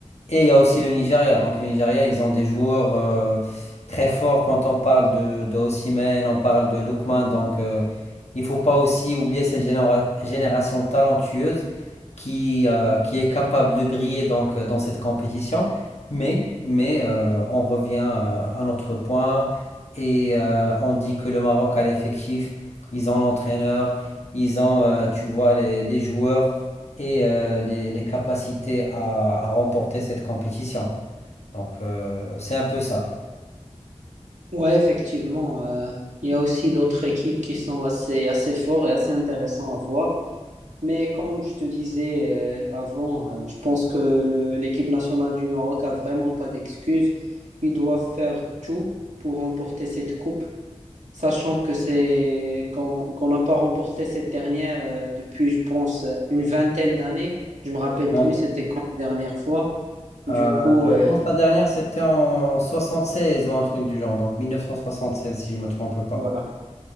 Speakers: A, on the left (about 65°); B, on the right (about 75°).
A: Et il y a aussi le Nigeria. Donc le Nigeria, ils ont des joueurs euh, très forts quand on parle de, de Osimhen, on parle de Lookman. Donc euh, il faut pas aussi oublier cette généra- génération talentueuse qui, euh, qui est capable de briller donc, euh, dans cette compétition. Mais, mais euh, on revient euh, à notre point et euh, on dit que le Maroc a l'effectif, ils ont l'entraîneur, ils ont, euh, tu vois, les, les joueurs et euh, les, les capacités à, à remporter cette compétition. Donc, euh, c'est un peu ça.
B: Ouais, effectivement, euh, il y a aussi d'autres équipes qui sont assez, assez fortes et assez intéressantes à voir. Mais comme je te disais euh, avant, euh, je pense que le- l'équipe nationale du Maroc a vraiment pas d'excuses. Ils doivent faire tout pour remporter cette coupe, sachant que c'est qu'on qu'on n'a pas remporté cette dernière euh, depuis, je pense, une vingtaine d'années. Je me rappelle
A: Bon,
B: plus, c'était quand la dernière fois. Du
A: euh,
B: coup,
A: je
B: euh,
A: pense que la dernière, c'était en 76 ou un truc du genre, donc 1976, si je me trompe pas.
B: bah,